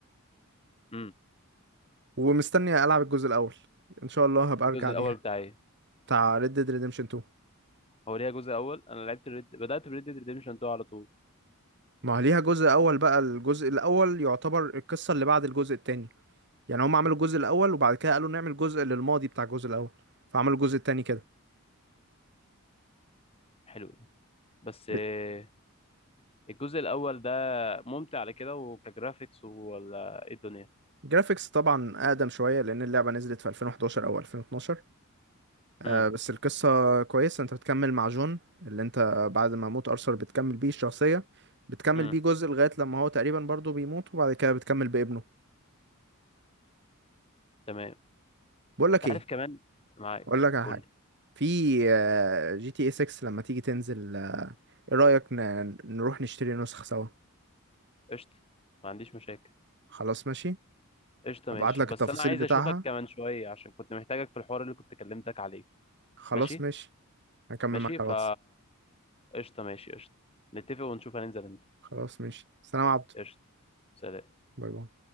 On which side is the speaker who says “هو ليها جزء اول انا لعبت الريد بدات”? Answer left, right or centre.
Left